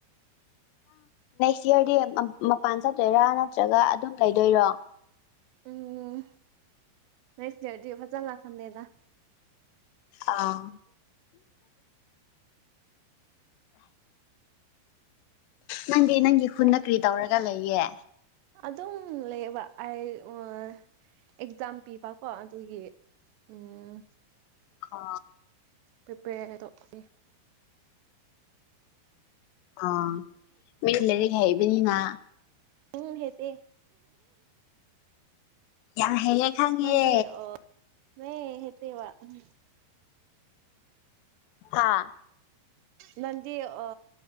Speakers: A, on the left (about 85°); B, on the right (about 80°).
A: ꯆꯤꯌꯔꯗꯤ ꯃꯞ ꯃꯄꯥꯟ ꯆꯠꯇꯣꯏꯔꯥ ꯅꯠꯇ꯭ꯔꯒ ꯑꯗꯨꯝ ꯂꯩꯗꯣꯏꯔꯣ
B: ꯎꯝ ꯅꯦꯁꯤꯔꯗꯤ ꯐꯖꯟꯅ ꯁꯟꯗꯦꯗ
A: ꯑꯥ ꯅꯪꯗꯤ ꯅꯪꯒꯤ ꯈꯨꯟꯗ
B: ꯍꯣꯏ
A: ꯀꯔꯤ ꯇꯧꯔꯒ ꯂꯩꯌꯦ
B: ꯑꯗꯨꯝ ꯂꯩꯕ ꯑꯩ ꯎꯝ ꯑꯦꯛꯖꯥꯝ ꯄꯤꯕꯀꯣ ꯑꯗꯨꯒꯤ ꯎꯝ
A: ꯑ
B: ꯄ꯭ꯔꯤꯄꯦꯌꯔ ꯇꯧꯕꯅꯦ
A: ꯑ ꯃꯤ ꯂꯩꯔꯤꯛ ꯍꯩꯕꯅꯤꯅ
B: ꯎꯪ ꯍꯦꯇꯦ
A: ꯌꯥꯝ ꯍꯩꯌꯦ ꯈꯪꯉꯦ
B: ꯅꯪꯗꯤ ꯑ <unintelligible> ꯍꯦꯇꯦꯕ ꯎꯝ
A: ꯍꯥ
B: ꯅꯟꯗꯤ ꯑ